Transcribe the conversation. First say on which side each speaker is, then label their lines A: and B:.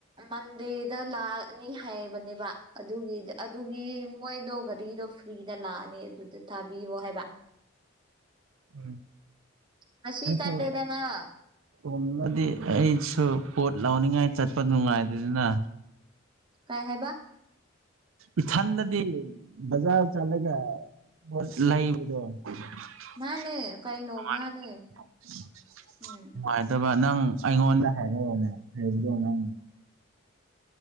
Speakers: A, on the right (about 25°); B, on the right (about 85°).
A: ꯃꯟꯗꯦꯗ ꯂꯥꯛꯑꯅꯤ ꯍꯥꯏꯕꯅꯦꯕ ꯑꯗꯨꯒꯤ ꯑꯗꯨꯒꯤ ꯃꯣꯏꯗꯣ ꯒꯥꯔꯤꯗꯣ ꯐ꯭ꯔꯤꯗ ꯂꯥꯛꯑꯅꯤ ꯑꯗꯨꯗ ꯊꯥꯕꯤꯌꯣ ꯍꯥꯏꯕ
B: ꯎꯝ
A: ꯉꯁꯤ
B: ꯑꯩꯁꯨ
A: ꯆꯠꯂꯦꯗꯅ
B: ꯇꯅꯗꯤ ꯑꯩꯁꯨ ꯄꯣꯠ ꯂꯥꯎꯅꯤꯡꯉꯥꯏ ꯆꯠꯄ ꯅꯨꯡꯉꯥꯏꯗꯅ
A: ꯀꯥꯏ ꯍꯥꯏꯕ
B: ꯏꯊꯟꯗꯗꯤ ꯕꯖꯥꯔ ꯆꯠꯂꯒ ꯄꯣꯠ ꯂꯩꯕꯗꯣ <unintelligible>
A: ꯃꯥꯅꯦ ꯀꯩꯅꯣ ꯃꯥꯅꯦ ꯎꯝ
B: ꯅꯪ ꯑꯩꯉꯣꯟꯗ ꯍꯥꯏꯔꯛꯑꯣꯅꯦ ꯍꯥꯏꯕꯗꯣ ꯅꯪ